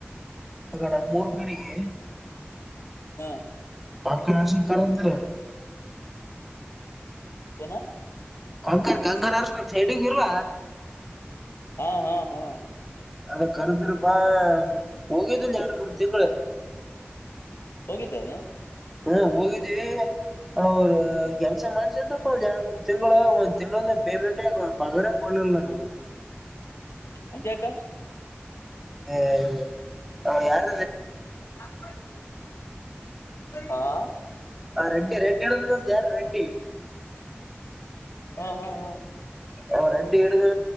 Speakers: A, in the centre; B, on the left.
A: ಆಗಣ ಮೂರು ಕಡೆಿಗೆ
B: ಹಾ
A: ಅಕ ಅ ಕರಂತ
B: ಏನ
A: ಕಂಕರ್ ಕಂಕರ್ ಅರ್ಸಲ ಸೈಟಗ ಇರ್ಲ
B: ಹಾ ಹಾ ಹಾ
A: ಅ ಕರುದರುಪಾ ಹೋಗಿಯದ ಜಡ ಮೂರು ತಿಂಕಳ
B: ಹೋಗಿದ್ದೇನಾ
A: ಹಾ ಹೋಗಿದ್ವಿ ಅವರು ಕೆಲ್ಸ ಮಾಡಸೇನ್್ರಪ್ಪ ಒಂದ್ ಎರಡ್ ಮೂರ್ ತಿಂಗಗಳು ಒಂದ್ ತಿಂಗಗಳ ಪೇಮೆಂಟ್ ಪಗಾರ ಕೊಡ್ಲಿಲ್ಲ ನಮಗ
B: ಅದಕ
A: ಹ್ಮ ಯಾರ
B: ಚ ಹಾ
A: ಆ ರೆಡಿ ರೆಡ್ ಡ ಯಾರು ರೆಡ್ಡಿ
B: ಹಾ ಹಾ ಹಾ
A: ಅವ್ ರಂಡಿ ಹಿಡಿದಾನ